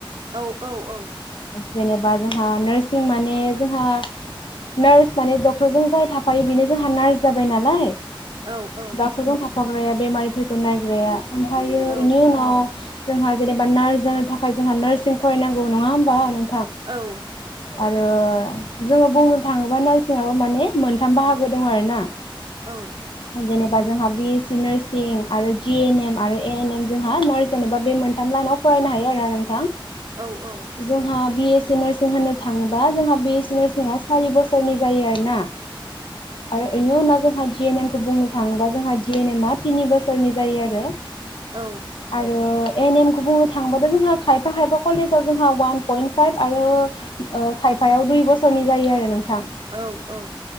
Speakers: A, on the right; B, on the left.
A: औ औ औ
B: जेनेबा जोंहा नार्सिं माने जोंहा नार्स माने डक्टरजों जाय थाफायो बेनो जोंहा नार्स जाबाय नालाय
A: औ औ
B: डाक्टारजों था फाग्राया बेमारि फोरखौ नायग्राया ओमफायो
A: औ
B: इनि उनाव जोंहा जेनेबा नार्स जानो थाखाय जोंहा नार्सिं फरायनांगौ नंङा होमबा नों
A: औ
B: आरो जोंङो बुंनो थांङोबा नार्सिंआबो माने मोनथाम बाहागो दं आरोना
A: औ
B: जेनेबा जोंहा बि ए सि नार्स सिं आरो जि एन एम आरो ए एन एम जोंहा नार्स जानोबा बे मोनथाम लाइनाव फरायनो हायो आरो ना नोंथां
A: औ औ
B: जोंहा बि ए सि नार्सिं होनो थांङोबा जोंहा बि ए सि नार्सिंआ सारि बोसोरनि जायो आर ना आरो इनि उनाव जोंहा जिएन एम खौ बुंनो थांङोबा जोंहा जिएन एमआ तिनि बोसोरनि जायो आरो
A: औ
B: आरो एन 'एम खौ बुंनो थांबाथ' जोंहा खायफा खायफा कलेजाव जोंहा अवान पयेन्ट फाइभ आरो खायफायाव दुइ बोसोरनि जायो आरो नोंथां।
A: औ औ